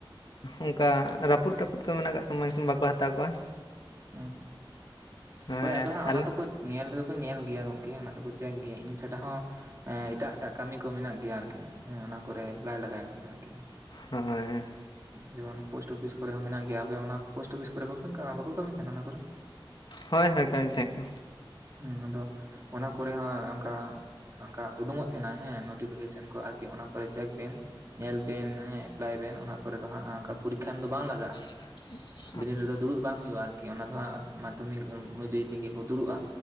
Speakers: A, on the left (about 60°); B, on the right (about 35°).
A: ᱚᱱᱠᱟ ᱨᱟᱹᱯᱩᱫ ᱛᱟᱹᱯᱩᱫ ᱠᱚ ᱢᱮᱱᱟᱜ ᱟᱠᱟᱫ ᱛᱟᱢᱟ ᱢᱮᱱᱠᱷᱟᱱ ᱵᱟᱠᱚ ᱦᱟᱛᱟᱣ ᱠᱚᱣᱟ
B: ᱦᱮᱸ
A: ᱦᱳᱭ
B: ᱦᱚᱭ ᱟᱫᱚ ᱦᱟᱸᱜ
A: ᱟᱞᱮ
B: ᱚᱱᱟ ᱫᱚᱠᱚ ᱧᱮᱞ ᱫᱚ ᱠᱚ ᱧᱮᱞ ᱜᱮᱭᱟ ᱜᱚᱝᱠᱮ ᱚᱱᱟ ᱫᱚᱠᱚ ᱪᱮᱠ ᱜᱮᱭᱟ ᱤᱱᱟᱹ ᱪᱷᱟᱰᱟ ᱦᱚᱸ ᱮᱸ, ᱮᱴᱟᱜ ᱮᱴᱟᱜ ᱠᱟᱹᱢᱤ ᱠᱚ ᱢᱮᱱᱟᱜ ᱜᱮᱭᱟ ᱟᱨᱠᱤ ᱦᱮᱸ ᱚᱱᱟ ᱠᱚᱨᱮ ᱮᱯᱞᱟᱭ ᱞᱟᱜᱟᱭ ᱵᱮᱱ ᱟᱨᱠᱤ᱾
A: ᱦᱳᱭ᱾
B: ᱡᱮᱢᱚᱱ ᱯᱳᱥᱴ ᱚᱯᱷᱤᱥ ᱠᱚᱨᱮ ᱦᱚᱸ ᱢᱮᱱᱟᱜ ᱜᱮᱭᱟ, ᱟᱯᱮ ᱚᱱᱟ ᱯᱳᱥᱴ ᱚᱯᱷᱤᱥ ᱠᱚᱨᱮ ᱵᱟᱵᱤᱱ ᱠᱚ ᱵᱟᱠᱚ ᱠᱟᱹᱢᱤ ᱠᱟᱱᱟ ᱚᱱᱟ ᱠᱚᱨᱮ?
A: ᱚ, ᱦᱳᱭ ᱦᱳᱭ ᱠᱟᱢᱤ ᱛᱟᱦᱮᱸᱜ ᱠᱚ᱾
B: ᱦᱩᱸ ᱟᱫᱚ ᱚᱱᱟ ᱠᱚᱨᱮ ᱦᱚᱸ ᱚᱝᱠᱟ ᱚᱝᱠᱟ ᱩᱰᱩᱠᱚᱝ ᱛᱟᱸᱦᱮᱱᱟ ᱦᱮᱸ ᱱᱚᱴᱤᱯᱷᱤᱠᱮᱥᱚᱱ ᱠᱚ ᱟᱨᱠᱤ ᱚᱱᱟ ᱠᱚᱨᱮ ᱪᱮᱠ ᱵᱮᱱ᱾ ᱧᱮᱞ ᱵᱮᱱ ᱦᱮᱸ ᱮᱯᱞᱟᱭ ᱵᱮᱱ ᱚᱱᱟ ᱠᱚᱨ ᱫᱚ ᱦᱟᱸᱜ ᱚᱝᱠᱟ ᱯᱚᱨᱤᱠᱠᱷᱟ ᱮᱢ ᱫᱚ ᱵᱟᱝ ᱞᱟᱜᱟᱜ-ᱟ᱾
A: <inaudible>
B: ᱵᱤᱱᱤᱰ ᱨᱮᱫᱚ ᱫᱩᱲᱩᱵ ᱵᱟᱝ ᱦᱩᱭᱩᱜ-ᱟ ᱟᱨᱠᱤ ᱚᱱᱟ ᱫᱚ ᱦᱟᱸᱜ ᱢᱟᱫᱽᱫᱷᱚᱢᱤᱠ ᱚᱱᱩᱡᱟᱭᱤ ᱛᱮᱜᱮ ᱠᱚ ᱫᱩᱲᱩᱵ-ᱟ᱾